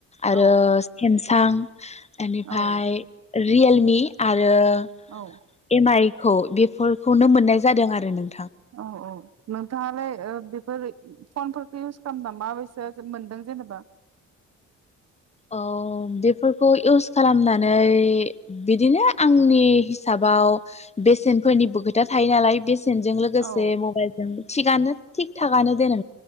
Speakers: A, on the left; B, on the right.
A: आरो
B: औ
A: सेमसां बेनिफ्राय
B: औ
A: रिेल मि आरो आरो
B: औ
A: एम आइ औ बेफोरखौनो मोननाय जादों आरो नों
B: औ औ नोंथाङालाय बेफोर फनफोरखौ इउस खालामना माबस मोनदों जेनेबा
A: औ बेफोरखौ इउस खालामनानै बिदिनो आंनि हिसाबाव बेसेनफोरनिबो खोथा थायो नालाय बेसे बेसेनजों लोगोसे
B: औ
A: मबाइलजों थिगानो थिग थाखानो दोन